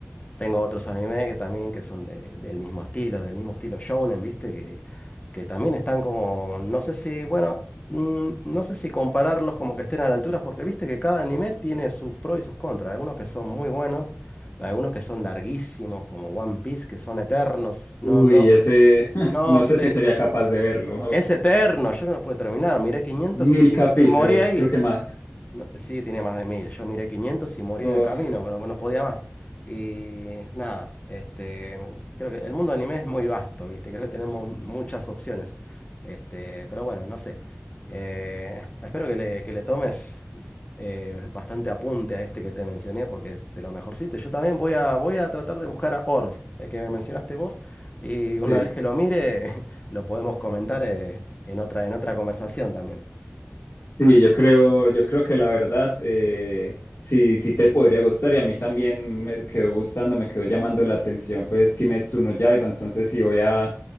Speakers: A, on the left; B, on the left.
A: tengo otros animes que también que son de- del mismo estilo, del mismo estilo shounen, ¿viste? Que, que también están como, no sé si, bueno, mm, no sé si compararlos como que estén a la altura, porque viste que cada anime tiene sus pros y sus contras. Algunos que son muy buenos, algunos que son larguísimos, como One Piece, que son eternos. No,
B: Uy,
A: no,
B: ese, <laughs>
A: no
B: no sé
A: sé,
B: si sería capaz de verlo.
A: es eterno, yo no lo puedo terminar. Miré 500
B: Mil
A: y,
B: capítulos,
A: y morí ahí.
B: creo que más.
A: No, sí, tiene más de mil. Yo miré 500 y morí
B: Uf,
A: en el camino, bueno, no podía más. Y nada, este, creo que el mundo anime es muy vasto, ¿viste? Creo que tenemos muchas opciones. Este, pero bueno, no sé. Eh, espero que le, que le tomes eh, bastante apunte a este que te mencioné, porque es de lo mejorcito. Yo también voy a, voy a tratar de buscar a Orv, el que me mencionaste vos, y una
B: sí,
A: vez que lo mire, <laughs> lo podemos comentar eh, en otra, en otra conversación también.
B: sí, yo creo, yo creo que la verdad, eh, sí, sí te podría gustar y a mí también me quedó gustando, me quedó llamando la atención, pues Kimetsu no Yaiba, entonces sí voy a,